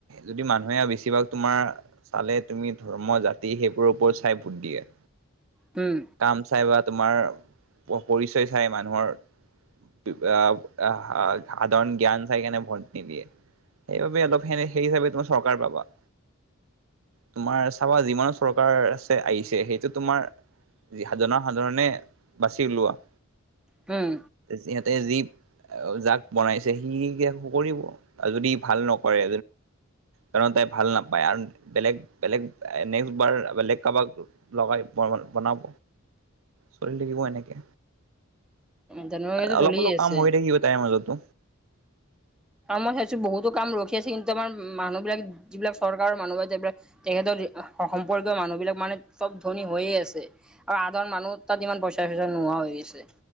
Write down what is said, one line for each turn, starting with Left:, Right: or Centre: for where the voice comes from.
Right: যদি মানুহে বেছিভাগ তোমাৰ চালে তুমি ধৰ্ম জাতি সেইবোৰৰ ওপৰত চাই ভোট দিয়ে
Centre: উম
Right: কাম চাই বা তোমাৰ পৰিচয় চাই মানুহৰ সাধাৰণ জ্ঞান চাইকাৰনে ভোট নিদিয়ে। সেইবাবে অলপ সে- সেই হিচাপে তুমাৰ চৰকাৰ পাবা তোমাৰ চাবা যিমানো চৰকাৰ আছে আহিছে সেইটো তোমাৰ জন সাধাৰণে বাচি উওলোৱা
Centre: উম।
Right: সিহঁতে যি। যাক বনাইছে সি আৰম্ভ কৰিব আৰু যদি ভাল নকৰে কাৰ তাই ভাল নাপায় আৰু বেলেগ বেলেগ নেক্সট বাৰ বেলেগ কাৰোবাক লগাই বনাব চলি থাকিব এনেকে,
Centre: জানুৱাৰীটো
Right: অলপ-
Centre: চলিয়ে
Right: অলপ
Centre: আছে।
Right: কাম হৈ থাকিব তাইৰ মাজতো
Centre: মই চাইছো বহুতো কাম ৰখি আছে কিন্তু আমাৰ মানুহ বিলাক যিবিলাক চৰকাৰৰ মানুহ বা যিবিলাক তেখেতৰ সম্পৰ্কীয় মানুহবিলাক মানে চব ধনী হৈয়ে আছে আৰু আধৰ মানুহ তাত ইমান পইচা চইচা নোহোৱা হৈ গৈছে